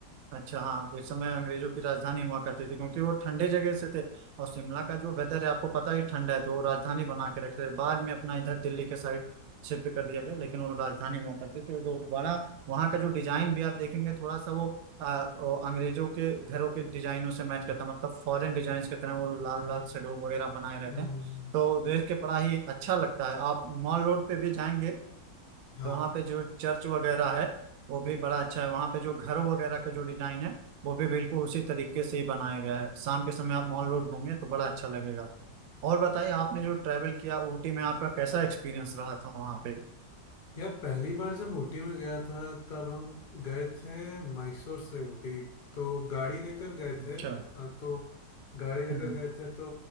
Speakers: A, on the right (about 65°); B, on the left (about 65°).
A: अच्छा हाँ इस समय अंग्रेजों की राजधानी हुआ करती थी क्योंकि वो ठंडे जगह से थे और शिमला का जो वेदर है आपको पता ही ठंडा है तो वो राजधानी बना के रखते थे बाद में अपना इधर दिल्ली के साइड शिफ्ट कर दिया गया लेकिन वो राजधानी हुआ करती थी तो जो बड़ा वहाँ का जो डिजाइन भी आप देखेंगे थोड़ा सा वो आ, वो अंग्रेजों के घरों के डिजाइनों से मैच करता है। मतलब फॉरेन डिजाइन की तरह वो लाल लाल शेडो वगैरह बनाए रहते
B: हम्म,
A: हैं तो देख के बड़ा ही अच्छा लगता है आप मॉल रोड पे भी जाएंगे
B: हाँ
A: तो वहाँ पे जो चर्च वगैरह है वो भी बड़ा अच्छा है वहाँ पे जो घर वगैरह का जो डिजाइन है वो भी बिल्कुल उसी तरीके से ही बनाया गया है शाम के समय आप मॉल रोड घूमें तो बड़ा अच्छा लगेगा और बताइए आपने जो ट्रैवल किया ऊटी में आपका कैसा एक्सपीरियंस रहा था वहाँ पे
B: यार पहली बार जब ऊटी में गया था तब हम गए थे मैसूर से ऊटी तो गाड़ी लेकर गए थे
A: अच्छा
B: अ, तो गाड़ी लेकर
A: हम्म
B: गए थे तो